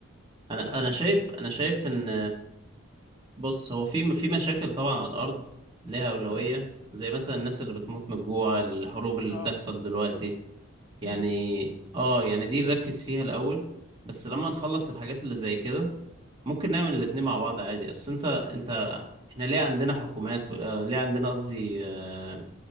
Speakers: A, on the right; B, on the left.
A: انا
B: فاهمني
A: انا شايف انا شايف ان بص هو في في مشاكل طبعا على الارض ليها اولويه
B: اه
A: زي مثلا
B: مم.
A: الناس اللي بتموت من الجوع الحروب اللي
B: اه
A: بتحصل دلوقتي يعني
B: مم.
A: اه يعني دي نركز فيها الاول بس لما نخلص الحاجات اللي زي كده ممكن نعمل الاتنين مع بعض عادي اصل انت انت احنا ليه عندنا حكومات و... آه، ليه عندنا قصدي آه،